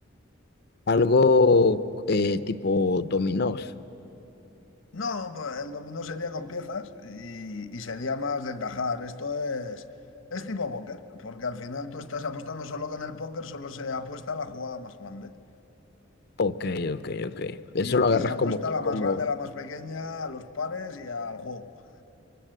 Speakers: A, on the left; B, on the left.
A: algo eh, tipo dominós.
B: No, pues el dominó sería con piezas y, y sería más de encajar. Esto es, es tipo póker, porque al final tú estás apostando solo que en el póker solo se apuesta a la jugada más grande.
A: Ok, ok, ok. Eso
B: Y aquí
A: lo agarras
B: se apuesta
A: como que,
B: a la
A: como,
B: más grande, a la más pequeña, a los pares y al juego.